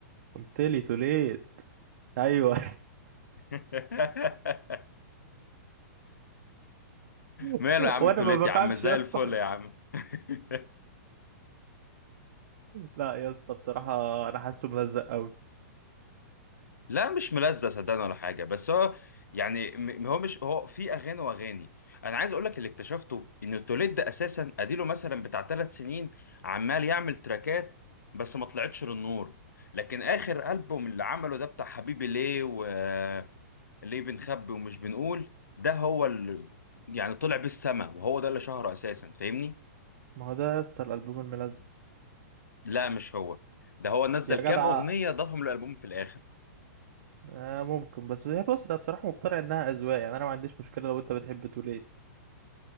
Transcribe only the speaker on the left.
<laughs> ماله
يا عم
توليت
يا عم زي
الفل يا عم <laughs>
لا مش ملزق صدقني ولا حاجه بس هو يعني م- هو مش هو في اغاني واغاني انا عايز اقول لك اللي اكتشفته ان التوليد ده اساسا اديله مثلا بتاع ثلاث سنين عمال يعمل تراكات بس ما طلعتش للنور لكن اخر البوم اللي عمله ده بتاع حبيبي ليه وليه بنخبي ومش بنقول ده هو اللي يعني طلع بيه السما وهو ده اللي شهره اساسا فاهمني
لا مش هو ده هو نزل
كام اغنيه ضافهم للالبوم في الاخر